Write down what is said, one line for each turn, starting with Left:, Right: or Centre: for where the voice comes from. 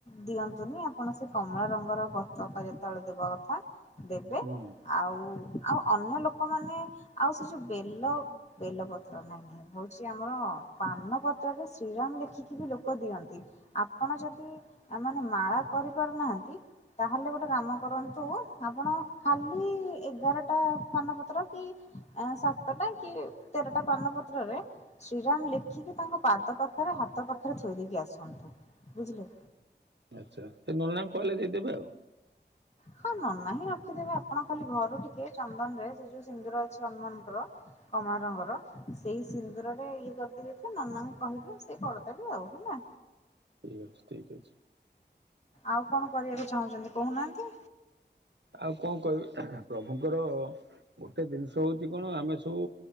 Left: ଦିଅନ୍ତୁନି, ଆପଣ ସେ କମଳା ରଙ୍ଗର ପତକା ଯେତେବେଳେ ଦେବା କଥା ଦେବେ
Right: ହୁଁ
Left: ଆଉ ଆଉ ଅନ୍ୟ ଲୋକମାନେ ଆଉ ସେ ଯୋଉ ବେଲ ବେଲପତ୍ର ନାହିଁ ହଉଛି ଆମର ପାନପତ୍ରରେ ଶ୍ରୀରାମ ଲେଖିକି ବି ଲୋକ ଦିଅନ୍ତି ଆପଣ ଯଦି ମାନେ ମାଳା କରିପାରୁନାହାନ୍ତି, ତାହେଲେ ଗୋଟେ କାମ କରନ୍ତୁ ଆପଣ ଖାଲି ଏଗାରଟା ପାନପତ୍ର କି ସାତଟା କି ତେରଟା ପାନପତ୍ରରେ ଶ୍ରୀରାମ ଲେଖିକି ତାଙ୍କ ପାଦ ପାଖରେ ହାତ ପାଖରେ ଥୋଇ ଦେଇକି ଆସନ୍ତୁ, ବୁଝିଲେ।
Right: ଆଚ୍ଛା, ସେ ନନ କୁଆଲିଟି ଦେବେ ଆଉ।
Left: ହଁ ନନା ହିଁ ରଖିଦେବେ ଆପଣ ଖାଲି ଘରୁ ଟିକେ ଚନ୍ଦନ ରେ ସେ ଯୋଉ ସିନ୍ଦୁର ଅଛି ହନୁମାନଙ୍କର କମଳ ରଙ୍ଗର ସେଇ ସିନ୍ଦୁରରେ ଇଏ କରିଦେଇ ଯାଇଥିବେ ନନାଙ୍କୁ କହିବେ ସେ କରିଦେବେ ଆଉ ହେଲା।
Right: ଠିକ ଠିକ ଅଛି। <inaudible>
Left: ଆଉ କଣ କରିବାକୁ ଚାହୁଁଛନ୍ତି କହୁନାହାନ୍ତି।
Right: ଆଉ କଣ କହିବି ପ୍ରଭୁଙ୍କର ଗୋଟେ ଜିନିଷ ହୋଉଚି, କଣ ଆମେ ସବୁ